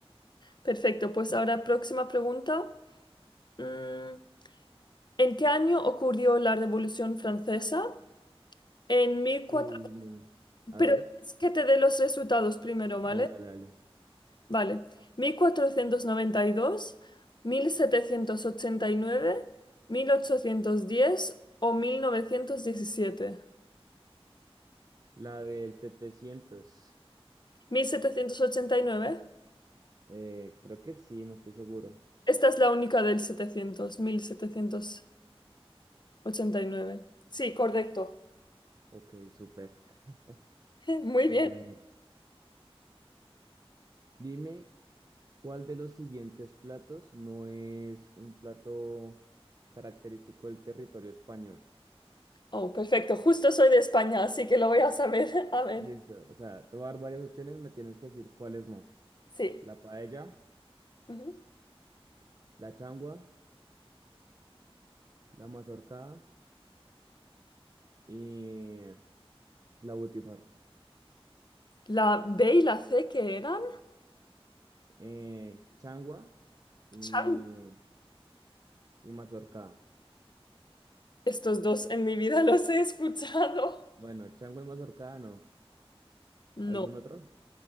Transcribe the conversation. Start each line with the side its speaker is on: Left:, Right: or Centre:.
Left: Perfecto, pues ahora próxima pregunta. Mm, ¿En qué año ocurrió la Revolución Francesa? En 1400...
Right: Uy, mi- a
Left: Pero
Right: ver.
Left: es que te dé los resultados primero, ¿vale?
Right: Dale, dale, dale.
Left: Vale. Mil mil cuatrocientos noventa y y dos, mil setecientos ochenta y nueve, mil ochocientos diez o mil Mil novecientos diecisiete.
Right: La del setecientos
Left: mil setecientos ochenta y nueve.
Right: Eh, creo que sí, no estoy seguro.
Left: Esta es la única del setecientos setecientos mil setecientos ochenta y nueve. Sí, correcto.
Right: Ok, súper. <laughs>
Left: <laughs> Muy
Right: A
Left: bien.
Right: ver. Dime, ¿cuál de los siguientes platos no es un plato característico del territorio español?
Left: Oh, perfecto. Justo soy de España, así que lo voy a saber. <laughs> A ver,
Right: Listo. O sea, te voy a dar varias opciones, me tienes que decir cuáles no.
Left: sí.
Right: La paella,
Left: Ujú.
Right: la changua. la mazorca y la butifarra.
Left: La B y la C, ¿qué eran?
Right: Eh, changua y,
Left: Chan.
Right: y mazorca.
Left: Estos dos en mi vida los he escuchado.
Right: Bueno, changua y mazorca no.
Left: No,
Right: ¿Algún otro?